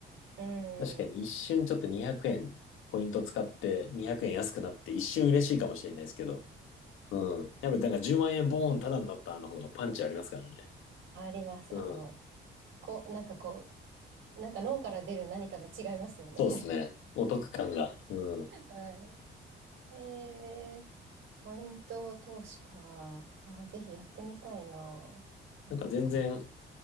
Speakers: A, on the right; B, on the left.
A: うん。
B: 確かに一瞬ちょっと200円、ポイント使って200円安くなって一瞬嬉しいかもしれないですけど。うん。やっぱりなんか10万円ボーンタダになったの方がパンチありますからね。
A: あります。
B: うん。
A: あの、こう、なんかこう、なんか脳から出る何かが違いますよね。
B: そうですね。お得感が。うん。
A: <laughs> はい。えー、ポイント投資か。あー、ぜひやってみたいな。うん。
B: なんか全然、